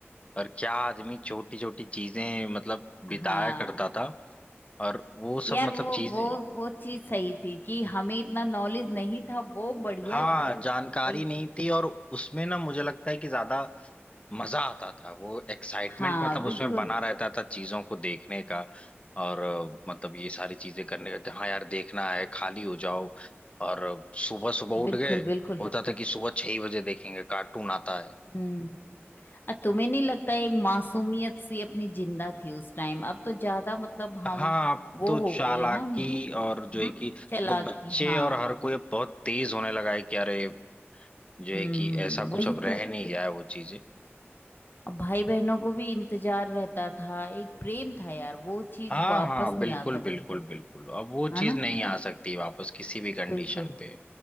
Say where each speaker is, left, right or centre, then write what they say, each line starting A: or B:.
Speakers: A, on the left; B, on the left.
A: और क्या आदमी छोटी छोटी चीजें मतलब बिताया
B: <laughs> हाँ
A: करता था और वो
B: यार
A: सब मतलब
B: वो
A: चीजें
B: वो वो चीज सही थी कि हमें इतना नॉलेज नहीं था वो बढ़िया
A: हाँ
B: था यार
A: जानकारी
B: सही था
A: नहीं थी और उसमें ना मुझे लगता है कि ज्यादा मजा आता था वो एक्साइटमेंट
B: हाँ
A: मतलब
B: बिल्कुल
A: उसमें बना रहता था चीजों को देखने का और अ, मतलब ये सारी चीजें करने का कि हाँ यार देखना है खाली हो जाओ और सुबह सुबह उठ
B: बिल्कुल
A: गए
B: बिल्कुल
A: होता था कि सुबह छह ही बजे देखेंगे कार्टून आता है
B: हम्म अ, तुम्हें नहीं लगता एक मासूमियत सी अपनी जिंदा थी उस टाइम अब तो ज्यादा मतलब
A: हाँ
B: हम
A: अब
B: वो
A: तो
B: हो
A: चालाकी
B: गए हैं ना हम्म,
A: और जो है कि मतलब
B: चालाकी
A: बच्चे
B: हाँ
A: और हर कोई अब बहुत तेज होने लगा है कि अरे जो
B: हम्म
A: है कि ऐसा कुछ
B: वही
A: अब रह
B: तो
A: नहीं गया है वो चीजें
B: अब भाई बहनों को भी इंतजार रहता था एक प्रेम था यार वो चीज
A: हाँ
B: वापस
A: हाँ
B: नहीं
A: बिल्कुल
B: आ सकती
A: बिल्कुल बिल्कुल अब वो
B: है
A: चीज
B: ना
A: नहीं आ सकती वापस किसी भी कंडीशन
B: बिल्कुल
A: पे